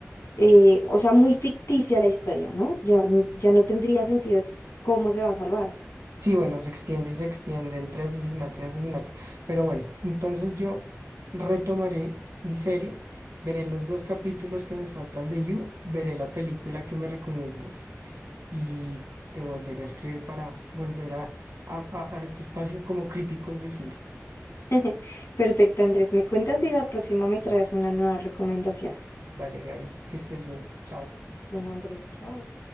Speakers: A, on the left; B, on the right.
A: eh, o sea, muy ficticia la historia, ¿no? Ya, n- ya no tendría sentido cómo se va a salvar.
B: Sí, bueno, se extiende y se extiende entre asesinato y asesinato. Pero bueno, entonces yo retomaré mi serie, veré los dos capítulos que me faltan de You, veré la película que me recomiendas y te volveré a escribir para volver a, a, a a este espacio como críticos de cine.
A: <laughs> Perfecto, Andrés, me cuentas y la próxima me traes una nueva recomendación.
B: Vale, Gaby, que estés bien. Chao.
A: Bueno, Andrés, chao.